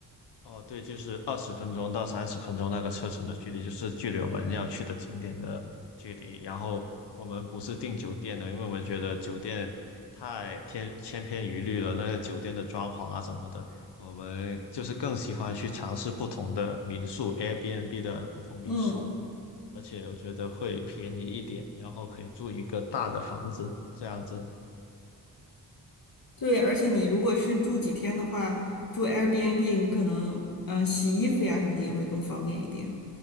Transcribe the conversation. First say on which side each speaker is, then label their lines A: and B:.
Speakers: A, on the left; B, on the left.
A: 哦，对，就是二十分钟到三十分钟那个车程的距离，就是距离我们要去的景点的距离。然后我们不是订酒店的，因为我们觉得酒店太天千篇一律了，那个酒店的装潢啊什么的，我们就是更喜欢去尝试不同的民宿，Airbnb 的不同民宿，
B: 嗯，
A: 而且我觉得会便宜一点，然后可以住一个大的房子这样子。
B: 对，而且你如果是住几天的话，住 Airbnb，你可能嗯、呃洗衣服呀什么的也会更方便一点。